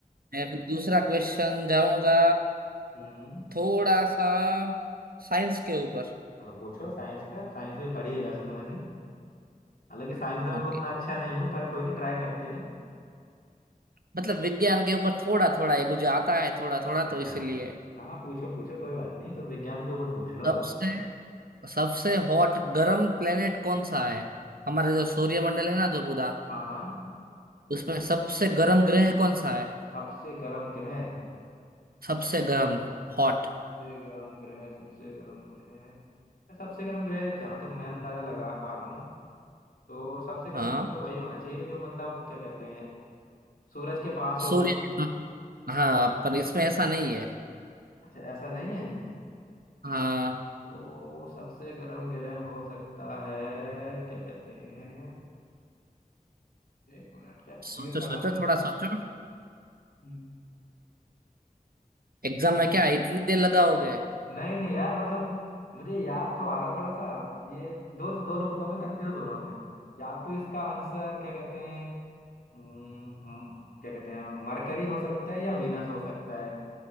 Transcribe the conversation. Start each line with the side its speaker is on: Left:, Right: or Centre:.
Right: मैं अभी दूसरा क्वेश्चन जाऊंगा
Left: हम्म
Right: थोड़ा सा साइंस के ऊपर
Left: चलो पूछो साइंस का साइंस भी पढ़ी है वैसे तो मैंने हालांकि साइंस में मैं
Right: ओके
Left: उतना अच्छा नहीं हूँ पर कोई नहीं ट्राई करते हैं
Right: मतलब विज्ञान के ऊपर थोड़ा थोड़ा ये मुझे आता है थोड़ा थोड़ा तो
Left: अच्छा
Right: इसलिए
Left: हाँ पूछो पूछो कोई बात नहीं तो विज्ञान के ऊपर पूछ लो
Right: सबसे सबसे हॉट गर्म प्लेनेट कौन सा है हमारे जो सूर्यमंडल है ना जो पूरा
Left: हाँ हाँ
Right: उसमें सबसे गर्म ग्रह कौन सा है
Left: सबसे गर्म ग्रह
Right: सबसे गर्म हॉट
Left: सबसे गर्म ग्रह सबसे गर्म ग्रह सबसे गर्म ग्रह जहाँ तक मैं अंदाजा लगा पा रहा हूँ तो सबसे गर्म
Right: हाँ
Left: ग्रह तो वही होना चाहिए जो मतलब क्या कहते हैं सूरज के पास
Right: सूर्य
Left: होगा
Right: के तो- हाँ पर इसमें ऐसा नहीं है
Left: अच्छा ऐसा नहीं है
Right: हाँ
Left: तो सबसे गर्म ग्रह हो सकता है क्या कहते हैं एक मिनट क्या
Right: सोचो
Left: ये पढ़ा
Right: सोचो थोड़ा सोचो
Left: था
Right: एग्जाम में क्या इतनी देर लगाओगे
Left: नहीं नहीं यार मतलब मुझे याद तो आ रहा थोड़ा सा ये दो दो लोग दो में कंफ्यूज हो रहा हूँ मैं या तो इसका आंसर क्या कहते हैं हम्म, हम्म, क्या कहते हैं मरकरी हो सकता है या वीनस हो सकता है